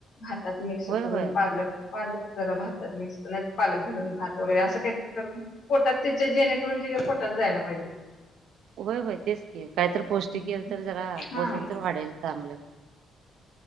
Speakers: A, on the left; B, on the right.
A: भातात मिक्स
B: होय
A: करून
B: होय
A: पालक पालक जरा भातात मिक्स कर पालक घरून भात वगैरे असं काही कर पोटात तिच्या जेणेकरून तिच्या पोटात जायला व
B: होय होय तेच कायत पौष्टिक
A: नाही.
B: येईल तर जरा
A: हा
B: वजन तर वाढेल चांगलं